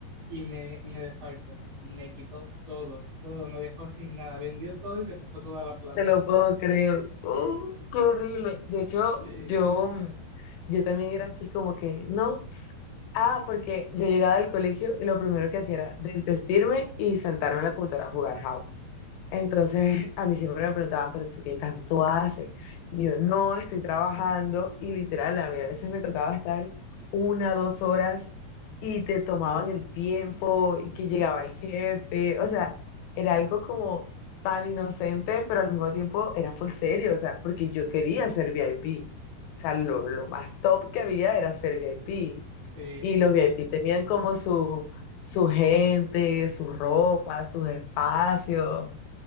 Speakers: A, on the right; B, on the left.
A: y me, me desfalcó. Me quitó todo, todo, me dejó sin nada. Vendió todo y se puso toda la plata.
B: te lo puedo creer. Uh, qué horrible. De hecho,
A: Sí,
B: yo, yo también era así como que, no. Ah, porque yo llegaba del colegio y lo primero que hacía era desvestirme y sentarme en la computadora a jugar Java. Entonces, a mí siempre me preguntaban, pero ¿tú qué tanto haces? Y yo, no, estoy trabajando y literal, a mí a veces me tocaba estar una, dos horas y te tomaban el tiempo y que llegaba el jefe. O sea, era algo como tan inocente, pero al mismo tiempo era full serio, o sea, porque yo quería ser VIP. O sea, lo, lo más top que había era ser VIP.
A: sí,
B: Y los VIP tenían como su su gente, su ropa, sus espacios.